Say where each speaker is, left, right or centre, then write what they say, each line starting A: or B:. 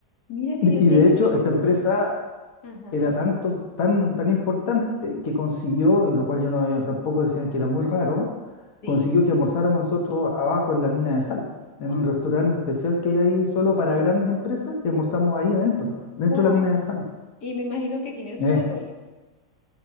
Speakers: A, on the left; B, on the left.
A: Mira que
B: De-
A: yo
B: Y
A: siempre.
B: de hecho, esta empresa
A: Ajá,
B: era tanto,
A: sí.
B: tan, tan importante que consiguió, y lo cual yo no, tampoco decían que era muy raro,
A: Sí.
B: consiguió que almorzáramos
A: Ah,
B: nosotros abajo en la mina de sal, en
A: Ay,
B: un restaurante especial que hay ahí solo para grandes empresas, y almorzamos ahí dentro,
A: wow.
B: dentro de la mina de sal.
A: Y me imagino que tienes
B: Eh,
A: fotos.